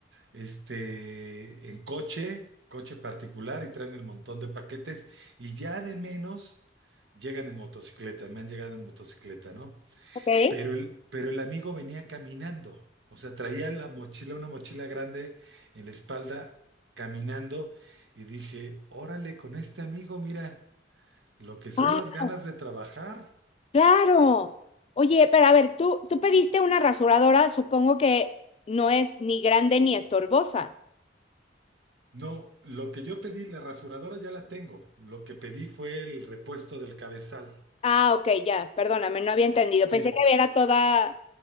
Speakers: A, on the right; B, on the left.
A: este, en coche, coche particular y traen el montón de paquetes y ya de menos llegan en motocicleta, me han llegado en motocicleta, ¿no?
B: Ok.
A: Pero el, pero el amigo venía caminando, o sea, traía la mochila, una mochila grande en la espalda, caminando, y dije, órale, con este amigo, mira, lo que son
B: Wow.
A: las ganas de trabajar.
B: Claro. Oye, pero a ver, tú, tú pediste una rasuradora, supongo que no es ni grande ni estorbosa.
A: No, lo que yo pedí, la rasuradora ya la tengo, lo que pedí fue el repuesto del cabezal.
B: Ah, ok, ya, perdóname, no había entendido.
A: Sí,
B: Pensé que era toda,